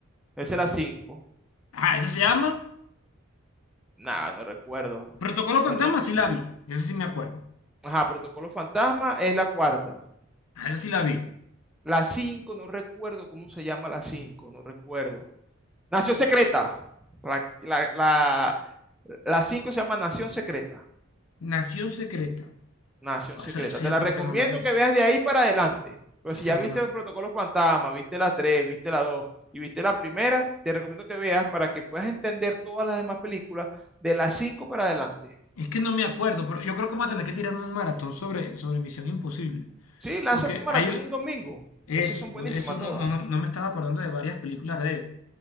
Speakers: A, in the centre; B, on the left.
A: esa es la cinco
B: Ah, esa se
A: Ujú.
B: llama
A: Nada, no recuerdo.
B: Protocolo Fantasma,
A: El nombre
B: sí la vi. Esa sí me acuerdo.
A: Ajá, Protocolo Fantasma es la cuarta.
B: Ah, esa sí la vi.
A: La 5 no recuerdo cómo se llama la 5 no recuerdo. Nación Secreta. La, la, la, la 5 se llama Nación Secreta.
B: Nación Secreta.
A: Nación
B: Ah,
A: Secreta.
B: Eso, eso
A: Te
B: yo
A: la
B: creo
A: recomiendo
B: que no la vi.
A: que veas de ahí para adelante. Pero si
B: Esa
A: ya
B: no
A: viste
B: me-
A: el protocolo fantasma, viste la tres viste la 2 y viste la primera, te recomiendo que veas para que puedas entender todas las demás películas de las 5 para adelante.
B: Es que no me acuerdo, pero yo creo que voy a tener que tirarme un maratón sobre, sobre Misión Imposible.
A: Sí, lánzate
B: Porque
A: un maratón
B: hay
A: un domingo.
B: eso,
A: Esas son buenísimas
B: pues, eso no,
A: todas.
B: no, no, no me estaba acordando de varias películas de él.